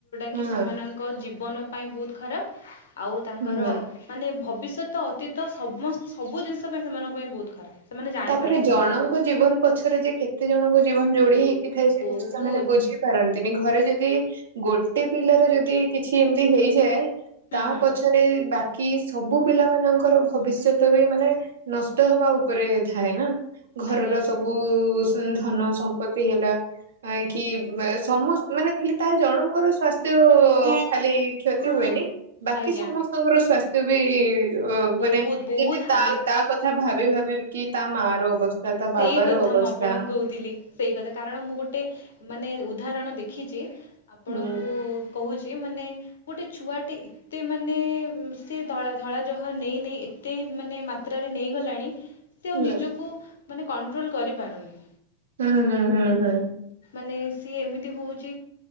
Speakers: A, on the right (about 65°); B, on the left (about 65°).
A: ହୁଁ
B: କି ସେମାନଙ୍କ ଜୀବନ ପାଇଁ ବହୁତ ଖରାପ ଆଉ ତାଙ୍କର
A: ହୁଁ।
B: ମାନେ ଭବିଷ୍ୟତ ସହିତ ଅତୀତ ସମ ସବୁ ଜିନିଷ ପାଇଁ ସେମାନଙ୍କ ପାଇଁ ବହୁତ ଖରାପ। ସେମାନେ ଜାଣିପାରନ୍ତିନି
A: ତାପରେ ଜଣଙ୍କ ଜୀବନ ପଛରେ ଯେ କେତେ ଜଣଙ୍କ ଜୀବନ ଯୋଡି ହେଇକିଥାଏ ସେ
B: ବହୁତ
A: ଜିନିଷ ସେମାନେ ବୁଝିପାରନ୍ତିନି ଘରେ ଯେ ଯ ଗୋଟେ ପିଲାର ଯଦି କିଛି ଏମିତି ହେଇଯାଏ
B: ହୁଁ
A: ତା
B: ହୁଁ
A: ପଛରେ ବାକି କି ସବୁ ପିଲା ମାନଙ୍କର ଭବିଷ୍ୟତ ବି ମାନେ ନଷ୍ଟ ହବା ଉପରେ ଥାଏ ନାଁ। ଘରର
B: ଆଜ୍ଞା
A: ସବୁ ଧନ ସମ୍ପତ୍ତି ହେଲା କି ସମ ମାନେ ଖାଲି ତା ଜଣଙ୍କର ସ୍ଵାସ୍ଥ୍ୟ ଖାଲି କ୍ଷତି ହୁଏନି। ବାକି
B: ଆଜ୍ଞା
A: ସମସ୍ତଙ୍କର ସ୍ଵାସ୍ଥ୍ୟ ବି ଅ
B: ବହୁତ
A: ମାନେ କିମତି
B: ବହୁତ ହାନି
A: ତା ତା କଥା ଭାବି ଭାବିକି ତା ମା ର ଅବସ୍ଥା ତା ବାବାର
B: ସେଇ କଥା
A: ଅବସ୍ଥା
B: ମୁଁ ଆପଣଙ୍କୁ କହୁଥିଲି ସେଇ କଥା କାରଣ ମୁଁ ଗୋଟେ ମାନେ ଉଦାହରଣ ଦେଖିଛି ଆପଣଙ୍କୁ
A: ହୁଁ
B: କହୁଛି ମାନେ ଗୋଟେ ଛୁଆଟି ଏତେ ମାନେ ସେ ଧଳା ଧଳା ଜହ ନେଇ ନେଇ ଏତେ ମାନେ ଯ ନେଇ ଗଲାଣି ସେ ଆଉ
A: ହୁଁ
B: ନିଜକୁ ମାନେ କଣ୍ଟ୍ରୋଲ କରିପାରୁନି।
A: ହୁଁ ହୁଁ ହୁଁ ହୁଁ।
B: ମାନେ ସିଏ ଏମିତି ହଉଛି